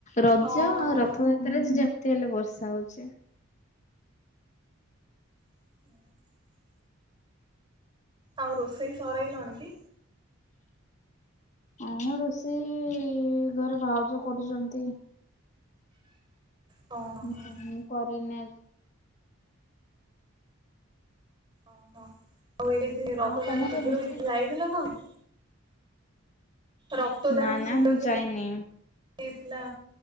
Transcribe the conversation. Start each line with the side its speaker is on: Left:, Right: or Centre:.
Left: ରଜ
Right: ହଁ
Left: ଆଉ ରଥଯାତ୍ରା <unintelligible> ଯେମିତି ହେଲେ ବର୍ଷା ହଉଛି।
Right: ହୁଁ। ଆଉ ରୋଷେଇ ସରେଇଲଣି କି?
Left: ଆଁ, ରୋଷେଇ ଇ ଘରେ ଭାଉଜ କରୁଛନ୍ତି।
Right: ହଁ।
Left: <inaudible>
Right: ହଁ ହଁ ଓହୋ! ଆଉ ଏଇଠି ରକ୍ତଦାନ
Left: ଆଉ ତମର
Right: ଶୀଘ୍ର
Left: ରୋଷେଇ
Right: ହେଇଥିଲା? ଯାଇଥିଲ କଣ? ରକ୍ତଦାନ
Left: ନା ନା
Right: <unintelligible>
Left: ମୁଁ ଯାଇନି
Right: ହେଇଥିଲା।